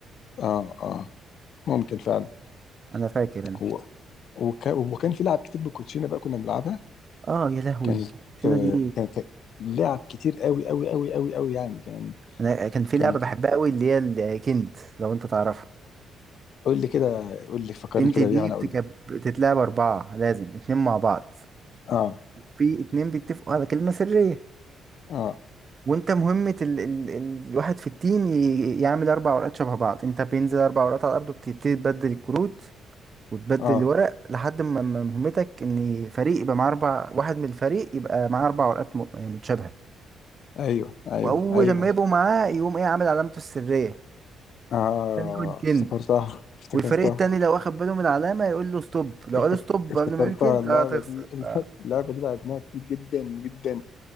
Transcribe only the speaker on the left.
اه اه ممكن فعلا
هو وك- وكان في لعب كتير بالكوتشينه بقى كنا بنلعبها
كانت
كانت كان لعب كتير قوي قوي قوي قوي قوي يعني كان
كان
قول لي كده قول لي فكرني
كده
بيها وانا
اقول لك
اه
اه
اه
ايوه ايوه
ايوه
اه
افتكرتها افتكرتها
افتك-
افتكرتها
اللعبه
دي <laughs>
اللعبه دي لعبناها كتير جدا جدا